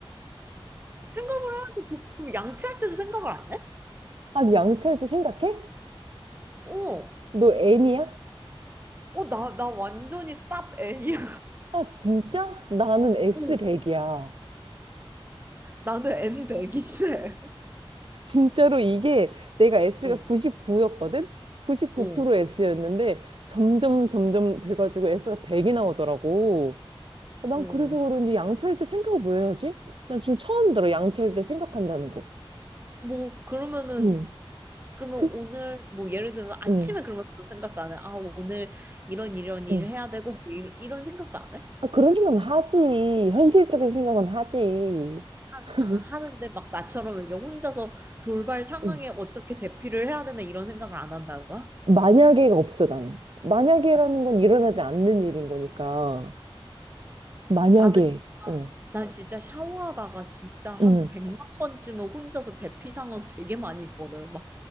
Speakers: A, on the right; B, on the right.
A: 생각을 해야지. 그- 그럼 양치할 때도 생각을 안 해?
B: 아니, 양치할 때 생각해?
A: 어.
B: 너 N이야?
A: 어, 나, 나 완전히 쌉 N이야.
B: 아, 진짜? 나는 S백이야.
A: <laughs> 어, 나는 N100인데.
B: 진짜로 이게 내가 S가
A: 어,
B: 99였거든? 99%
A: 어,
B: S였는데 점점 점점 돼가지고 S가 100이 나오더라고. 아, 난
A: 어.
B: 그래서 그런지 양치할 때 생각을 뭐 해야지? 난 지금 처음 들어, 양치할 때 생각한다는 거.
A: 뭐 그러면은
B: 응.
A: 그러면
B: 그,
A: 오늘 뭐 예를 들어서 아침에
B: 응,
A: 그러면 그런 생각도 안 해. 아 오늘 이런 이런 일을
B: 응.
A: 해야 되고 뭐 이런, 이런 생각도 안 해?
B: 아, 그런 생각은 하지. 현실적인 생각은 하지.
A: 하,
B: <laughs>
A: 아 하는데 막 나처럼 이게 혼자서 돌발 상황에
B: 응.
A: 어떻게 대피를 해야 되나 이런 생각을 안 한다는 거야?
B: 만약에가 없어, 나는. 만약에라는
A: 어,
B: 건 일어나지 않는 일인 거니까. 만약에,
A: 나는 진짜
B: 어.
A: 난 진짜 샤워하다가 진짜 한
B: 응,
A: 백만 번쯤은 혼자서 대피 상황 되게 많이 있거든. 막